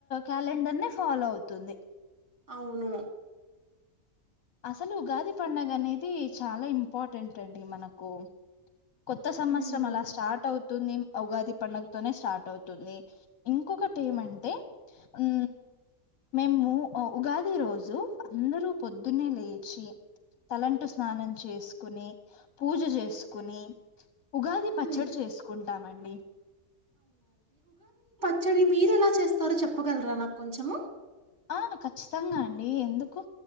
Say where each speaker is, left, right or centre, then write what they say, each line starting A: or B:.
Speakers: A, on the left; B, on the right.
A: క్యాలెండర్ ని ఫాలో అవుతుంది
B: అవును
A: అసలు గాది పండగనేది చాలా ఇంపార్టెంట్ అండి మనకు కొత్త సంవత్సరం
B: ఉమ్,
A: అలా స్టార్ట్ అవు తుంది ఉగాది పండుగతోనే స్టార్ట్ అవుతుంది ఇంకొకటి ఏమంటే ఉ మేము ఉగాది రోజు అందరూ పొద్దున్నే లేచి తలంటు స్నానం చేసుకుని పూజ చేసుకుని ఉగాది పచ్చడి
B: ఉమ్,
A: చేసుకోండి ఉంటామండి
B: చ్చడి మీరు ఎలా చేస్తారో చెప్పగలరా నాకు కొంచెము
A: ఆ ఖచ్చితంగా అండి ఎందుకు